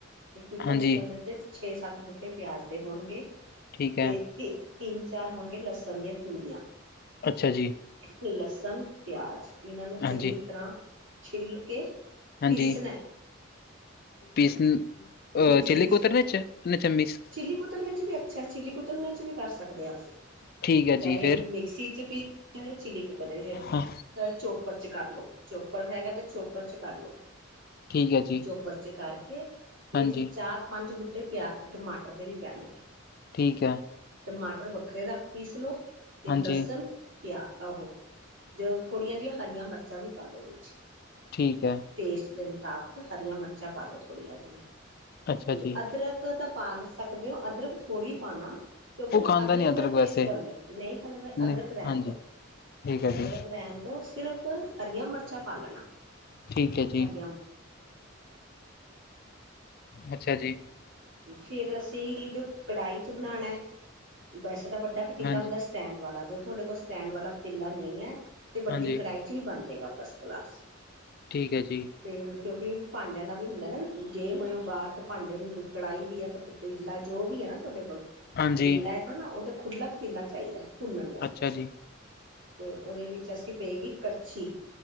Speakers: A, on the right; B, on the left.
A: ਤੇ ਕਿੱਲੋ
B: ਹਾਂਜੀ
A: ਚਿਕਨ ਦੇ ਵਿੱਚ, ਛੇ- ਸੱਤ ਬੂਟੇ ਪਿਆਜ ਦੇ ਹੋਣਗੇ,
B: ਠੀਕ ਹੈ
A: ਤਿੰਨ- ਤਿੰਨ- ਚਾਰ ਹੋਣਗੇ ਲਸਣ ਦੀਆਂ ਤੁਰੀਆਂ।
B: ਅੱਛਾ ਜੀ।
A: ਲਸਣ, ਪਿਆਜ ਇਹਨਾਂ ਨੂੰ
B: ਹਾਂਜੀ
A: ਚੰਗੀ ਤਰਾਂ ਛਿੱਲ ਕੇ,
B: ਹਾਂਜੀ
A: ਪੀਸਣਾ ਐ।
B: ਪੀਸ ਅਹ
A: ਮਿਕਸੀ
B: ਚੇਲੀ
A: 'ਚ
B: ਕੋਤਰ ਵਿਚ ਚ ਮੀਕ-
A: ਚਿੱਲੀ ਕੁਤਰਨ ਚ ਵੀ ਅੱਛਾ ਚਿੱਲੀ ਕੁਤਰਨ ਚ ਵੀ ਕਰ ਸਕਦੇ ਹਾਂ ਅਸੀਂ।
B: ਠੀਕ ਹੈ
A: ਚਾਹੇ
B: ਜੀ ਫਿਰ
A: ਮਿਕਸੀ ਚ ਪੀ ਚਿੱਲੀ ਕੁਤਰੰਨਚ,
B: ਹਾਂ
A: ਚੋਪਰ ਚ ਕਰ ਲੋ, ਚੋਪੜ ਹੈਗਾ ਤੇ ਚੋਪਰ ਚ ਕਰ ਲੋ।
B: ਠੀਕ ਹੈ ਜੀ
A: ਚੋਪਰ ਚ ਕਰਕੇ ਵਿਚ
B: ਹਾਂਜੀ
A: ਚ ਚਾਰ- ਪੰਜ ਬੂਟੇ ਕੇ ਪਿਆ, ਟਮਾਟਰ ਦੇ ਵੀ ਪੈਣਗੇ।
B: ਠੀਕ ਹੈ।
A: ਟਮਾਟਰ ਵੱਖਰੇ ਰੱਖ ਪੀਸ ਲਓ, ਤੇ
B: ਹਾਂਜੀ
A: ਲਸਣ ਪਿਆ ਆਹੋ ਜ ਥੋੜੀਆਂ ਜਿਹੀਆਂ ਹਰੀਆਂ ਮਿਰਚਾਂ ਵੀ ਪਾਲੋ ਵਿੱਚ।
B: ਠੀਕ ਹੈ।
A: ਟੇਸਟ ਦੇ ਮੁਤਾਬਕ ਹਰੀਆਂ ਮਿਰਚਾਂ ਪਾ ਲਉ ਥੋੜੀਆਂ ਜਿਹੀਆਂ।
B: ਅੱਛਾ
A: ਤੇ
B: ਜੀ।
A: ਅਦਰਕ ਤਾਂ ਪਾ ਵੀ ਸਕਦੇ ਹੋ, ਅਦਰਕ ਥੋੜੀ ਪਾਣਾ। ਕਿਉਂਕਿ
B: ਉਹ
A: ਨਾ
B: ਖਾਂਦਾ
A: ਅਦਰਕ
B: ਨੀ
A: ਦਾ
B: ਵੈਸੇ
A: ਟੇਸਟ ਆਉਂਦਾ, ਨਹੀਂ ਪਾਉਣਾ
B: ਨਹੀਂ
A: ਅਦਰਕ ਰਹਿਣ
B: ਹਾਂਜੀ
A: ਦੋ।
B: ਠੀਕ ਹੈ
A: ਅਦਰਕ
B: ਜੀ,
A: ਰਹਿਣ ਦੋ ਸਿਰਫ਼ ਹਰੀਆਂ ਮਿਰਚਾਂ ਪਾ ਲੈਣਾ।
B: ਠੀਕ ਹੈ ਜੀ।
A: ਹਰੀਆਂ
B: ਅੱਛਾ ਜੀ,
A: ਫੇਰ ਅਸੀਂ ਜੇ ਕੜਾਹੀ ਚ ਬਣਾਣਾ ਹੈ। ਵੈਸੇ ਤਾਂ ਵੱਡਾ ਪਤੀਲਾ
B: ਹਾਂਜੀ।
A: ਹੁੰਦਾ ਸਟੈਂਡ ਵਾਲਾ, ਜੋ ਤੁਹਾਡੇ ਕੋਲ ਸਟੈਂਡ ਵਾਲਾ ਪਤੀਲਾ ਨਹੀਂ ਹੈ, ਤੇ ਵੱਡੀ
B: ਹਾਂਜੀ,
A: ਕੜਾਹੀ, ਚੀ ਬਣ ਜਾਏਗਾ ਫਸਟ ਕਲਾਸ।
B: ਠੀਕ ਹੈ ਜੀ।
A: ਤੇ ਕਿਉਂਕਿ ਭਾਂਡਿਆਂ ਦਾ ਵੀ ਹੁੰਦਾ ਨਾ ਵੀ ਜੇ ਹੋਏ ਔ। ਬਾਹਰ ਤੇ ਭਾਂਡੇ ਵੀ ਕੜਾਈ ਵੀ ਹੈ, ਪਤੀਲਾ ਜੋ ਵੀ ਹੈ ਨਾ ਤੁਹਾਡੇ ਕੋਲ,
B: ਹਾਂਜੀ,
A: ਪਤੀਲਾ ਐ। ਹੈ ਨਾ ਉਹਦਾ ਖੁੱਲਾ ਪਤੀਲਾ ਚਾਹੀਦਾ ਭੁੰਨਣ ਵਾਸਤੇ।
B: ਅੱਛਾ ਜੀ,
A: ਤੇ ਉਹਦੇ ਵਿੱਚ ਅਸੀਂ ਪਏਗੀ ਕੜਛੀ,